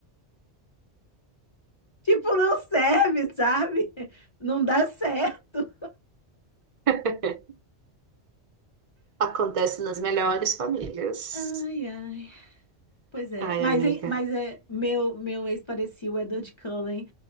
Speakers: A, on the left; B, on the right.
A: Tipo, não serve, sabe? Não dá certo.
B: Hum. Acontece nas melhores famílias.
A: Ai, ai. Pois é.
B: Ai,
A: Mas,
B: amiga.
A: hein, mas é, meu, meu ex-parecido, o Edward Cullen.